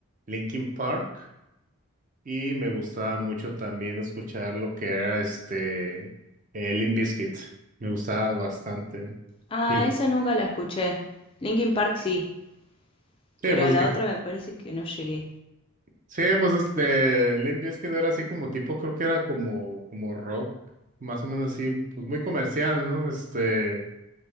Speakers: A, on the right; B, on the left.
A: Linkin Park y me gustaba mucho también escuchar lo que era este eh, Limp Bizkit. Me gustaba bastante.
B: Ah,
A: Y,
B: esa nunca la escuché. Linkin Park sí,
A: sí,
B: pero
A: pues
B: a la
A: que.
B: otra me parece que no llegué.
A: Sí, pues este, Limp Bizkit era así como tipo, creo que era como, como rock, más o menos así, pues muy comercial, ¿no? Este,